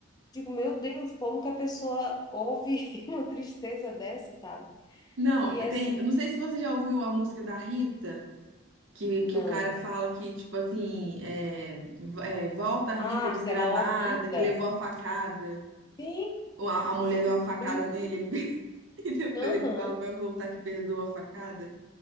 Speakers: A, on the left; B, on the right.
A: Digo, meu Deus, como que a pessoa ouve <laughs> uma tristeza dessa, sabe?
B: Não,
A: que
B: tem.
A: é
B: eu Não sei se você já ouviu a música da Rita, que,
A: Não.
B: que o cara fala que, tipo assim, é, v- é, volta a Rita
A: Ah,
B: desgramada,
A: aquela horrida.
B: que levou a facada,
A: Sim,
B: ou a, a mulher
A: de pudim.
B: deu uma facada nele, ele <laughs> fez- e depois
A: Aham,
B: ele fala pra voltar que perdoa a facada.